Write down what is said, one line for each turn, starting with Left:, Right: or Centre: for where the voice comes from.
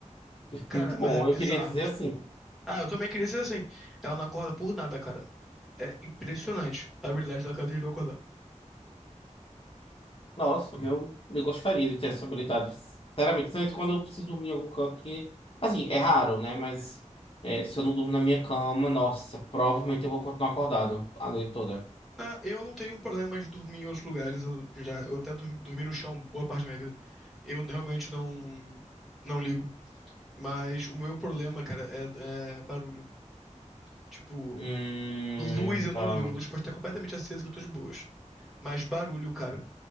Centre: Cara,
Left: Muito
Centre: mas
Left: bom,
Centre: é bizarro,
Left: eu queria dizer
Centre: tipo.
Left: assim.
Centre: Ah, eu também queria ser assim. Ela não acorda por nada, cara. É impressionante a habilidade da cara de não acordar.
Left: Nossa, eu, eu gostaria de ter essa habilidade. Sinceramente, principalmente quando eu preciso dormir em algum canto que. Assim, é raro, né? Mas é, se eu não durmo na minha cama, nossa, provavelmente eu vou continuar acordado a noite toda.
Centre: Ah, eu não tenho problema de dormir em outros lugares. Eu já, eu até dormi, dormi no chão boa parte da minha vida. Eu realmente não, não ligo. Mas o meu problema, cara, é, é barulho. Tipo,
Left: Hum,
Centre: luz eu não
Left: tá.
Centre: ligo. A luz pode estar completamente acesa que eu tô de boas. Mas barulho, cara.